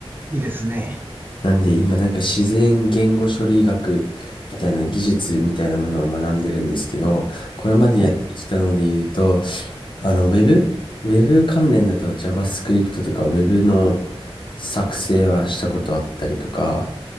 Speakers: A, on the right; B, on the left.
A: いいですね。
B: なんで今なんか自然言語処理学みたいな技術みたいなものを学んでるんですけど、これまでやってきたので言うと、
A: はい、
B: あの、ウェブウェブ関連だと JavaScript とか Web の作成はしたことあったりとか、